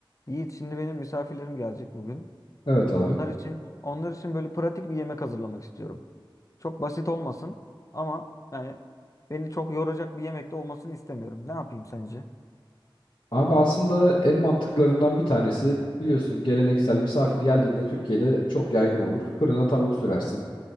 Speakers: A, on the left; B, on the left.
A: Yiğit şimdi benim misafirlerim gelecek bugün.
B: Evet abi.
A: Onlar için onlar için böyle pratik bir yemek hazırlamak istiyorum. Çok basit olmasın ama yani beni çok yoracak bir yemek de olmasını istemiyorum. Ne yapayım sence?
B: Abi aslında en mantıklarından bir tanesi biliyorsun geleneksel misafir geldiğinde Türkiye'de çok yaygın olur. Fırına tavuk sürersin.